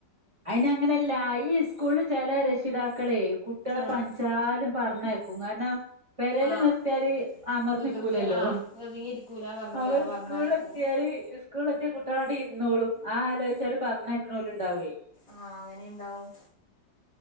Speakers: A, on the right (about 40°); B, on the left (about 70°).
A: അയ്ന് അങ്ങനല്ല ഈ സ്കൂളി ചെല രക്ഷിതാക്കളെ കുട്ട്യാളെ
B: ആഹ്
A: പനിച്ചാലും പറഞ്ഞയ്ക്കും കാരണം പെരെല്
B: ആഹ്
A: നിർത്തിയാല് അമർന്നിക്കൂലല്ലോ
B: വികൃതി ആ ഒതുങ്ങിയിരിക്കൂല പറഞ്ഞിട്ട്
A: അവൻ
B: ആ പറഞ്ഞയക്കും
A: സ്കൂളിൽ എത്തിയാല് ക്ക്‌ സ്കൂളിലെത്തിയാ കുട്ടിയള് ഇര്ന്നോളും ആ ആലോയിച്ചാണ്ട് പറഞ്ഞയ്ക്കണോല് ഉണ്ടാവേ
B: ആ അങ്ങനീണ്ടാവും